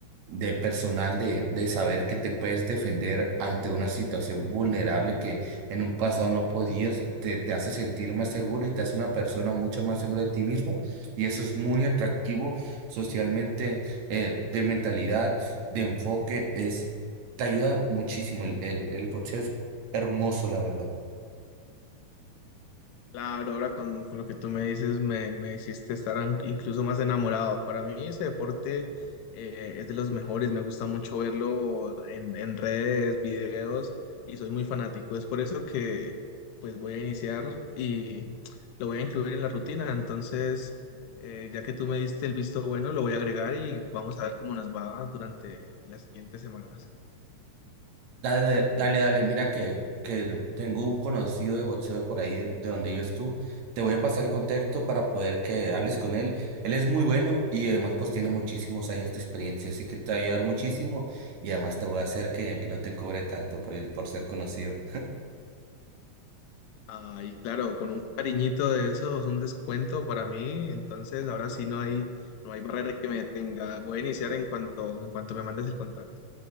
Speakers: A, on the right; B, on the left.
A: de personal de, de saber que te puedes defender ante una situación vulnerable que en un pasado no podías, te, te hace sentir más seguro y te hace una persona mucho más segura de ti mismo. Y eso es muy atractivo socialmente, eh, de mentalidad, de enfoque, es, te ayuda muchísimo. El, el, el boxeo es hermoso, la verdad.
B: Claro, ahora con, con lo que tú me dices me, me hiciste estar an- incluso más enamorado. Para mí ese deporte eh, es de los mejores, me gusta mucho verlo en, en redes, videos y soy muy fanático. Es por eso que pues voy a iniciar y lo voy a incluir en la rutina. Entonces, eh, ya que tú me diste el visto bueno, lo voy a agregar y vamos a ver cómo nos va durante las siguientes semanas.
A: Dale, dale, dale, mira que, que tengo un conocido de boxeo por ahí de de donde vives tú. Te voy a pasar el contacto para poder que hables con él. Él es muy bueno y además pues tiene muchísimos años de experiencia, así que te va a ayudar muchísimo y además te voy a hacer que, que no te cobre tanto por, ir- por ser conocido.
B: Ay, claro, con un cariñito de esos, un descuento para mí, entonces ahora sí no hay, no hay barrera que me detenga. Voy a iniciar en cuanto, en cuanto me mandes el contacto.